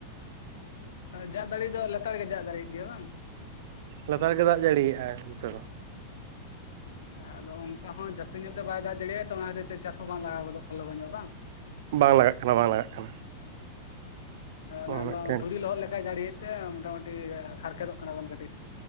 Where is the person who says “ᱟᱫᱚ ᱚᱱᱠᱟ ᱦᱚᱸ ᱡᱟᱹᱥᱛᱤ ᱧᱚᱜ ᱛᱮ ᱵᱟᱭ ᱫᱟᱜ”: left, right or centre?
Left